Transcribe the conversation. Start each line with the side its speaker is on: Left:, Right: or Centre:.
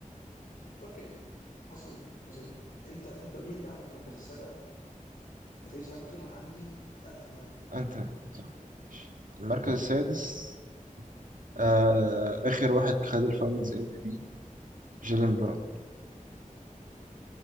Left: اوكي عظيم عظيم انت انت مين بقى عندك المركز السابع؟ تريس هاربتون وانا عندي انت مان
Right: انت صح. المركز السادس آه اخر واحد خد الفاينلز ام في بي جيلين براون